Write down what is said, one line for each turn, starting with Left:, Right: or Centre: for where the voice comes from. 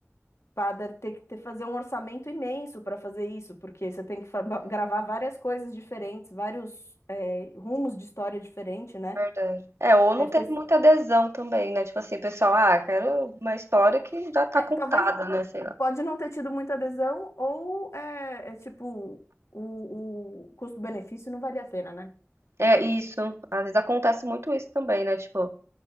Left: Pá, deve ter que ter, fazer um orçamento imenso para fazer isso, porque você tem que fa- gravar várias coisas diferentes, vários, é, rumos de história diferente, né?
Right: Verdade. É, ou
Left: Deve
Right: não teve
Left: ter,
Right: muita adesão também, né? Tipo assim, pessoal, ah, quero uma história que já tá
Left: É,
Right: contada,
Left: talvez
Right: né? Sei lá.
Left: pode não ter tido muita adesão, ou é, é tipo, o, o custo-benefício não valia a pena, né?
Right: É isso. Às vezes acontece muito isso também, né? Tipo, a